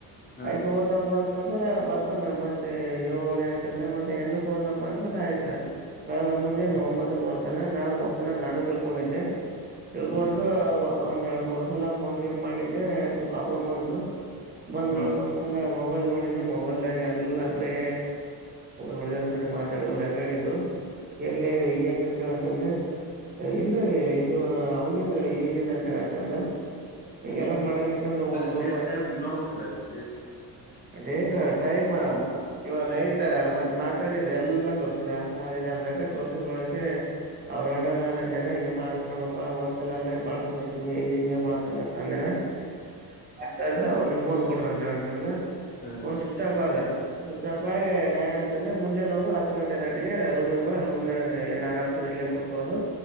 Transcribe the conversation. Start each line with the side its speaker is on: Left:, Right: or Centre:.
Left: ಹಾ
Right: ಆಯ್ತು, ಹೋಗು? <inaudible> ಕೋಪ ಆಯ್ತು ಅಂದ್ರೆ ಬರ್ತಾನೆ? ಮತ್ತೆ ಇವ್ಳು ಹೆಂಡ್ರು, ಹೆಂಡ್ರು, ಪಂಜರೈ, ಆಯ್ತು. <inaudible> ಬೆಳಿಗ್ಗೆ, ಮುಂಜಾನೆ, ಒಂಬತ್ತಕ್ಕೆ, ಬರುತ್ತಾನೆ? ನಾನು, ಓದುತ್ತಾನೆ, ಅಂತ ನಾನು ತಿಳ್ಕೊಂಡೆ, ತಿಳ್ಕೊಳ್ಳೋದು?
Left: ಹ್ಮ್
Right: <inaudible> ಒಂದ್, ಎರಡು, ಮೂರು, ಸಲ, ಫೋನ್, ಗೀನ್ ಮಾಡಿದ್ದೆ! ಸ್ವಲ್ಪ, ಪ್ರಾಬ್ಲಮ್ ಬಂತು ಬಂದ್,
Left: ಹ್ಮ್
Right: ನೋಡಿಕೊಂಡು? <inaudible> ಅಚ್ಚುವಲ್ಲಿ, ಮೊಬೈಲ್ ನೋಡಿದ್ದೆ! ಮೊಬೈಲ್ದಾಗ ಎಲ್ಲಾ ಬರೇ ಹುಡುಗರ್, ಸರಿ ಮಾತಾಡೋ ರೆಕಾರ್ಡಿಂಗ್ ಇತ್ತು. <inaudible>
Left: <inaudible> <unintelligible>
Right: ಎಲ್ಲಿ ಈಗಾಯೇನು? <inaudible> ಇವಾಗ್ಲೂ ರಜಾನ, ಇಲ್ರಿ, ಇದು, ಹೌದೇನು, ಇವಾಗ, ಏನು, ರಾಜನಂತಾನ! <inaudible> ಈಗೆಲ್ಲ,
Left: ಹ್ಮ್
Right: ಮಾಡಬಹುದಾದಂದ್ರೆ! ಹೋಗ್ಬಿಡಪ್ಪ,
Left: ಅಲ್ಲಿ ಡೇಟ್
Right: ಯಾಕಂದ್ರೆ?
Left: ಟೈಮ್ ನೋಡ್ಬೇಕ್ರ ಅಲ್ಲಿ ಡೇಟ್
Right: <inaudible> ಡೇಟ್, ಅಲ್ಲ, ಟೈಮು. <inaudible> ಇಲ್ಲ ನೈಟ್ ಮತ್ತು, ಮಾತಾಡಿದ್ದೆಲ್ಲ ತೋರಿಸಿದ್ದೆ, ಇದಕ್ಕೆ, ಅರ್ಧ, ತೋರಿಸಿದೊಳಗೆ? <inaudible> ಮತ್ತೆ, ಅವ್ರ, ಅನ್ನ, ಅಂದಾನ! ಈಗ ಮಾಡಿದರೆ ನೋಡಪ್ಪ, ಒಂದು, ಸಲ, ಅಲ್ಲ, ಬಳಸಲ, ಹೇಳುತ್ಹಿನಿ. <inaudible> ಹಿಂಗೆ, ಮಾಡಕನ, ಅಂದಾನ? <inaudible> ಅಂತಾನ, ಅವ್ನಿಗೆ ಫೋನ್ ಕೊಟ್ರು, ಅಂತನಾ!
Left: ಹ್ಮ್
Right: ಫೋನ್, ಸ್ವಿಚ್, ಆಫ್ ಆಗದ? <inaudible> ಸ್ವಿಚ್ ಆಫ್ ಆಗಿ ನಾನೇನ್ ಅಂತ ಅಂದೆ? ಮುಂದೆ ಹೋಗು ಹತ್ತು, ಗಂಟೆಗೆ, ದಟ್ಟಿಗೆ, ರೂಮ್ಗೆ, ಬಾ. <inaudible> ಆರಂಸೆ, ಇಲ್ಲೇ ಕುಂತೋಗೋದು,